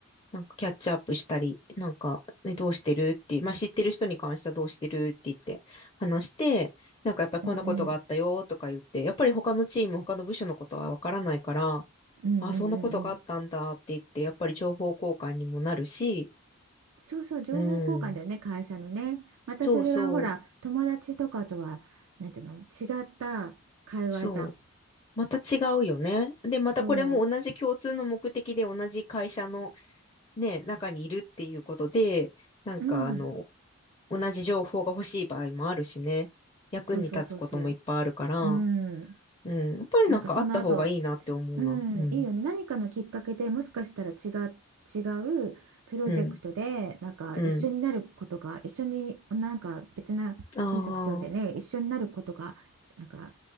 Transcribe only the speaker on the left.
なんかキャッチアップしたり、なんか、ね、どうしてるって、まあ、知ってる人に関してはどうしてるって言って話して、なんかやっぱりこんなことがあったよとか言って、
やっぱり他のチーム、他の部署のことはわからないから、
あ、そんなことがあったんだって言って、やっぱり情報交換にもなるし、
うん。
そうそ
う。そうまた違うよね。で、またこれも同じ共通の目的で同じ会社の
ね、中にいるっていうことで、なんかあの、
同じ情報が欲しい場合もあるしね。役に立つこともいっぱいあるから、
うん。やっぱりなんかあった方がいいなって思うな。
うん。
うん。
うん。
ああ。